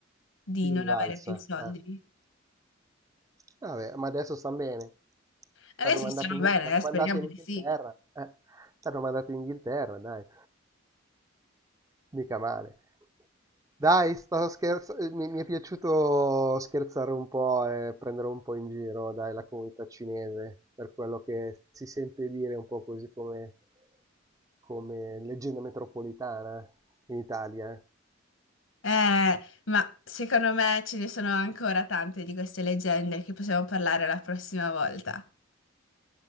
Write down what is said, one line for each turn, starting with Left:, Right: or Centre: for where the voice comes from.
Left: di
Right: di
Left: non
Right: rivalsa.
Left: avere più soldi.
Right: eh. Vabbè, ma adesso stan bene.
Left: Adesso
Right: T'hanno mandato
Left: stanno
Right: in,
Left: bene,
Right: t'hanno
Left: eh, Speriamo
Right: mandato in
Left: di
Right: Inghilterra.
Left: sì.
Right: Eh, t'hanno mandato in Inghilterra, dai. Mica male. Dai, stavo scherzando. Mi, mi è piaciuto scherzare un po' e prendere un po' in giro, dai, la comunità cinese, per quello che si sente dire un po' così come, come leggenda metropolitana in Italia.
Left: Eh, ma secondo me ce ne sono ancora tante di queste leggende che possiamo parlare la prossima volta.